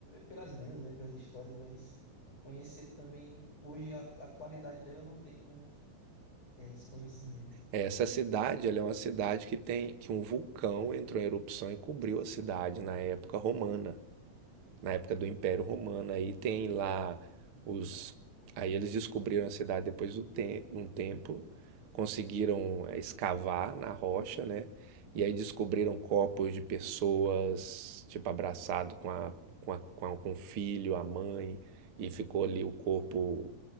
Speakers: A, on the left (about 35°); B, on the right (about 45°).
A: pelas lendas, né, pelas histórias, mas conhecer também hoje a a atualidade dela eu não tenho é, esse conhecimento.
B: Essa cidade, ela é uma cidade que tem que um vulcão entrou em erupção e cobriu a cidade na época romana. na época do Império Romano. Aí tem lá os. Aí eles descobriram a cidade depois do te... um tempo, conseguiram eh, escavar na rocha, né? E aí descobriram corpos de pessoas, tipo, abraçado com a, com a, com a- com o filho, a mãe, e ficou ali o corpo